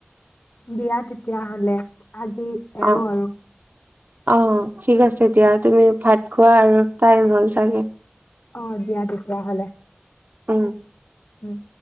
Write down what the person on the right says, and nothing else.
অঁ।
অঁ ঠিক আছে দিয়া, তুমি ভাত খোৱা আৰু টাইম হ'ল চাগে।
উম।